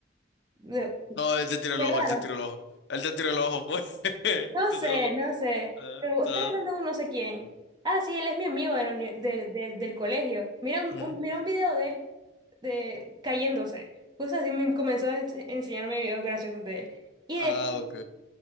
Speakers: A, on the right; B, on the left.
A: de-
B: No, él te tiró el
A: Qué
B: ojo,
A: raro.
B: él te tiró el ojo. Él te tiró el ojo, pues. <laughs> Te
A: No
B: tiró
A: sé,
B: el ojo.
A: no sé.
B: Ah,
A: Pero vos
B: claro.
A: estás hablando con no sé quién. Ah, sí, él es mi amigo de la uni- de- de- del colegio. Mira un,
B: Ujú.
A: un- mira un video de él de, cayéndose. Cosas así me comenzó a ens- enseñarme videos graciosos de él. Y
B: Ah,
A: después,
B: ok.